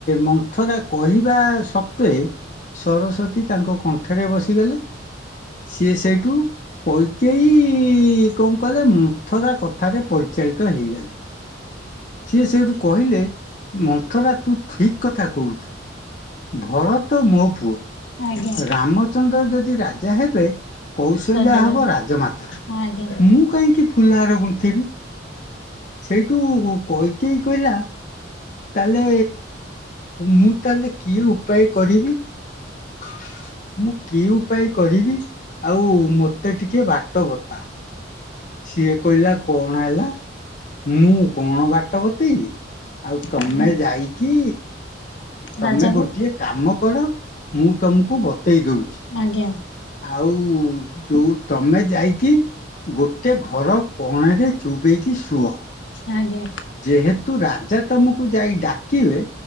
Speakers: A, on the left (about 40°); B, on the left (about 75°).
A: ମନ୍ଥରା କହିବା ସତ୍ୱେ ସରସ୍ଵତୀ ତାଙ୍କ କଣ୍ଠରେ ବସିଗଲେ। ସିଏ ସେଇଠୁ କୈକେଇ କଣ କଲେ ମୁଥରା କଥାରେ ପଇ ଚେନ୍ତଳ ହେଇଗଲେ <inaudible> ସିଏ ସେଠୁ କହିଲେ ମନ୍ଥରା ତୁ ଠିକ୍ କଥା କହୁଛୁ। ଭରତ ମୋ ପୁଅ
B: ଆଜ୍ଞା।
A: ରାମଚନ୍ଦ୍ର ଯଦି ରାଜା ହେବେ କୌଶଲ୍ୟା
B: ସନ୍ଧ୍ୟା
A: ହବ
B: ହେବ
A: ରାଜମାତା
B: ଆଜ୍ଞା।
A: ମୁଁ କାହିଁକି ଫୁଲହାର ଗୁନ୍ଥିବି। ସେଇଠୁଉ କୈକେଇ କହିଲା। ତାହଲେ ମୁଁ ତାହେଲେ କିଏ ଉପାୟ କରିବି। <inaudible> ମୁଁ କି ଉପାୟ କରିବି ଆଉ ମତେ ଟିକେ ବାଟ ବତା। ସିଏ କହିଲା କଣ ହେଲା ମୁଁ କଣ ବାଟ ବତେଇବି। ଆଉ ତମେ
B: ଆଜ୍ଞା।
A: ଯାଇକି ତମେ
B: ରାଜାଙ୍କୁ
A: ଗୋଟିଏ କାମ କର। ମୁଁ ତମକୁ ବତେଇ ଦଉଛି।
B: ଆଜ୍ଞା
A: ଆଉ ଯୋଉ ତମେ ଯାଇକି ଗୋଟେ ଘର କୋଣରେ ଚୁପ୍ ହେଇକି ଶୁଅ।
B: ଆଜ୍ଞା
A: ଯେହେତୁ ରାଜା ତମକୁ ଯାଇ ଡାକିବେ।